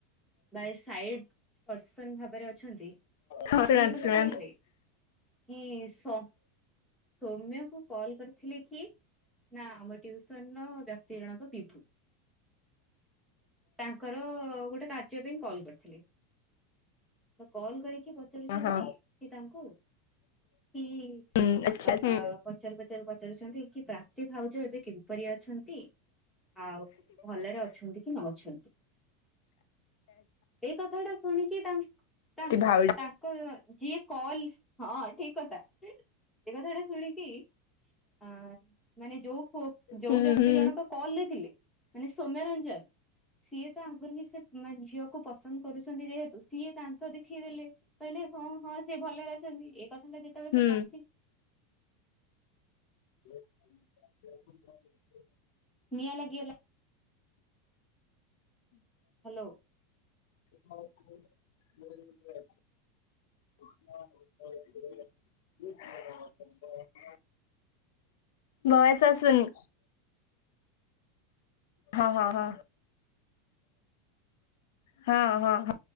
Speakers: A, in the centre; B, on the left.
A: ବାଏ ସାଇଡ଼୍ ପର୍ସନ ଭାବରେ ଅ ଛନ୍ତି
B: ହଁ ଶୁଣାନ୍ତୁ
A: ସିଏ ମତେ
B: ଶୁଣାନ୍ତୁ
A: କହିଲେ କି ସ ସୌମ୍ୟକୁ କଲ୍ କରିଥିଲେ କି? ନାଊ ଆମ ଟ୍ୟୁସନ୍ ର ବ୍ୟକ୍ତି ଜଣକ ବିଭୁ। ତାଙ୍କର ଗୋଟେ କା ଚେ ପାଇଁ କଲ୍ କରିଥିଲେ ତ କଲ କରିକି ପ ପଚାରୁଛନ୍ତି
B: ହଁ ହଁ
A: କି ତାଙ୍କୁ କି
B: ହୁଁ ଆଚ୍ଛା
A: ଅ
B: ହୁଁ
A: ପଚାରୁ ପଚାରୁ ପଚାରୁଛନ୍ତି କି ପ୍ରାପ୍ତି ଭାଉଜ ଏବେ କିପରି ଅଛନ୍ତି? ଆଉ ଭଲରେ ଅଛନ୍ତି କି ନ ଅଛନ୍ତି? ଏଇ କଥାଟା ଶୁଣିକି ତାଙ ତାଙ
B: ଭାଉଜ
A: ତା ଙ୍କର ଯିଏ କଲ ହଁ ଠିକ୍ କଥା। ଏ କଥାଟା ଶୁଣିକି ଆ ମାନେ ଯୋଉ ପୁଅ ଯୋଉ
B: ହୁଁ
A: ବ୍ୟକ୍ତି
B: ହୁଁ
A: ଜଣକ କଲ୍ ରେ ଥିଲେ ମାନେ ସୌମ୍ୟରଞ୍ଜନ ସିଏ ତ ଆଗୁରୁ ବି ସେ ମାନେ ଝିଅକୁ ପସନ୍ଦ କରୁଛନ୍ତି ଯେହେତୁ ସିଏ ଦାନ୍ତ ଦେଖେଇଦେଲେ। କହିଲେ ହଁ ହଁ ସେ ଭଲରେ ଅଛନ୍ତି ଏ କଥାଟା ଯେତେବେଳେ
B: ହୁଁ
A: ସେ ପ୍ରାପ୍ତି
B: <inaudible>
A: ନିଆଁ ଲାଗିଗଲା। ହ୍ୟାଲୋ।
B: <inaudible> <inaudible> ଭଏସ ଆସୁନି। ହଁ-ହଁ-ହଁ, ହଁ-ହଁ